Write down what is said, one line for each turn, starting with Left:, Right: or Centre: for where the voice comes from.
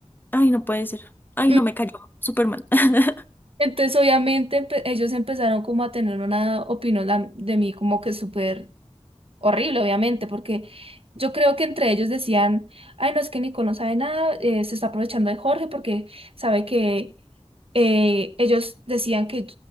Left: Ay, no puede ser. Ay,
Right: Mm,
Left: no me cayó. Superman. <laughs>
Right: Entonces, obviamente, empe- ellos empezaron como a tener una opinión la- de mí como que súper horrible, obviamente, porque yo creo que entre ellos decían, ay, no, es que Nico no sabe nada, eh, se está aprovechando de Jorge porque sabe que eh, ellos decían que,